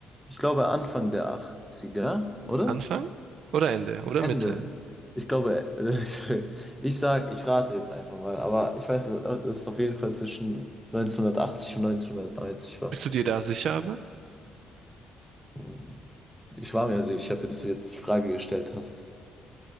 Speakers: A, in the centre; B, on the right.
A: ich glaube Anfang der 80er, oder?
B: Anfang oder Ende oder
A: Ende.
B: Mitte?
A: Ich glaube, äh, <laughs> ich sag, ich rate jetzt einfach mal, aber ich weiß, dass dass es auf jeden Fall zwischen 1980 und 1990 war.
B: Bist du dir da sicher aber?
A: Hm, Ich war mir sicher, bis du jetzt die Frage gestellt hast.